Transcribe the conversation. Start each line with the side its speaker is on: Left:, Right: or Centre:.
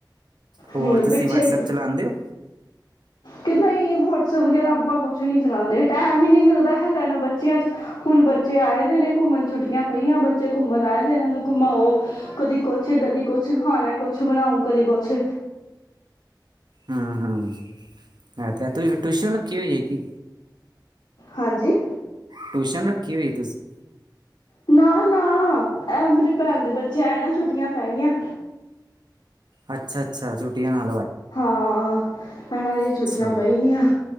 Right: ਹੋਰ
Left: ਹੁਣ
Right: ਤੁਸੀਂ
Left: ਪਿੱਛੇ,
Right: ਵਟਸਐਪ ਚਲਾਉਂਦੇ ਹੋ
Left: ਕਿੱਦਾਂ ਹੀ ਵੋਟ ਵਗੈਰਾ ਆਪਾਂ ਕੁਛ ਨੀ ਚਲਾਉਦੇ ਟਾਈਮ ਹੀ ਨ ਨਹੀਂ ਮਿਲਦਾ ਹੈਗਾ ਇਹਨਾਂ ਬੱਚਿਆਂ ਚ ਹੁਣ ਬੱਚੇ ਆਏ ਦੇ ਨੇ ਘੁੰਮਣ ਛੁੱਟੀਆਂ ਪਈਆਂ ਬੱਚੇ ਘੁੰਮਣ ਆਏ ਇਹਨਾਂ ਨੂੰ ਘੁੰਮਾਓ ਕਦੀ ਕੁਛ ਕਦੀ ਕੁਛ ਖਾਣਾ ਕੁਛ ਬਣਾਓ ਕਦੀ ਕੁਛ
Right: ਹਾਂ- ਹਾਂ ਹਾਂ ਤੇ ਟੂ- ਟਊਸ਼ਸ਼ਨ ਰੱਖੀ ਹੋ ਹੈ ਕਿ
Left: ਹਾਂਜੀ
Right: ਟਿਊਸ਼ਨ ਰੱਖੀ ਹੋਈ ਤੁਸੀਂ,
Left: ਨਾ-ਨਾ ਇਹ ਮੇਰੀ ਭੈਣ ਦੇ ਬੱਚੇ ਐਏ ਨਾ ਛੁੱਟੀਆਂ ਪੈ ਗਈਆਂ।
Right: ਅੱਛਾ-ਅੱਛਾ ਛੁੱਟੀਆਂ ਨਾ
Left: ਹਾਂ, <unintelligible> ਆਣ ਦੀ
Right: ਅੱਛਾ
Left: ਛੁੱਟੀਆਂ ਪੇ ਗਈਆਂ